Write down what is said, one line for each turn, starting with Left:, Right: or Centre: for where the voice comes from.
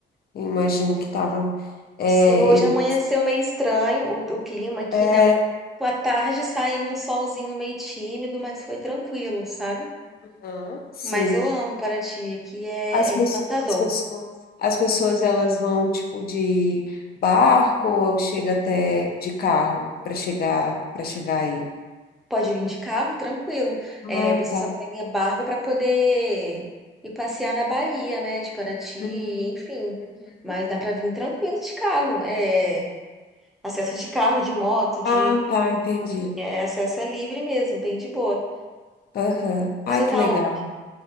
Left: Eu imagino que tava. É,
Centre: Sim, hoje
Left: ele,
Centre: amanheceu meio estranho o, o clima aqui,
Left: é,
Centre: né? À tarde saiu um solzinho meio tímido, mas foi tranquilo, sabe?
Left: aham, sim.
Centre: Mas eu amo Paraty, aqui é,
Left: As,
Centre: é
Left: pes-
Centre: encantador.
Left: as pessoas, as pessoas elas vão tipo de barco ou chega até de carro para chegar para chegar aí.
Centre: Pode vir de carro, tranquilo. É,
Left: Ah,
Centre: você
Left: tá.
Centre: só pega barco para poder ir passear na Bahia, né? De Paraty, enfim.
Left: Uhum, uhum.
Centre: Mas dá para vir tranquilo de carro. É, acesso de carro, de moto, de
Left: Ah, tá, entendi.
Centre: É, acesso é livre mesmo, bem de boa.
Left: Aham.
Centre: Você
Left: Ah, que
Centre: tá
Left: legal.
Centre: onde?